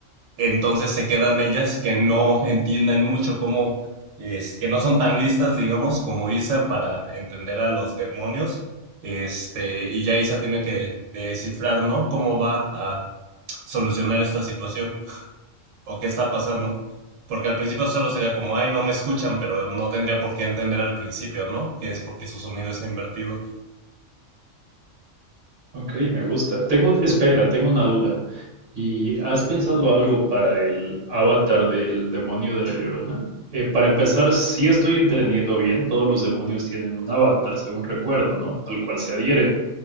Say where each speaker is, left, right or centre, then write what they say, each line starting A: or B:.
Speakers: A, on the right; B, on the right.
A: entonces se quedan ellas que no entienden mucho cómo, es, que no son tan listas, digamos, como Isa para entender a los demonios. Este, y ya Isa tiene que descifrar, ¿no? Cómo va a solucionar esta situación o qué está pasando.
B: Mm.
A: Porque al principio solo sería como, ay, no me escuchan, pero no tendría por qué entender al principio, ¿no? Que es porque su sonido está invertido.
B: Ok, me gusta. Tengo, espera, tengo una duda. ¿Y has pensado algo para el avatar del demonio de la Llorona? Eh, para empezar, si estoy entendiendo bien, todos los demonios tienen un avatar, según recuerdo, ¿no? Al cual se adhieren,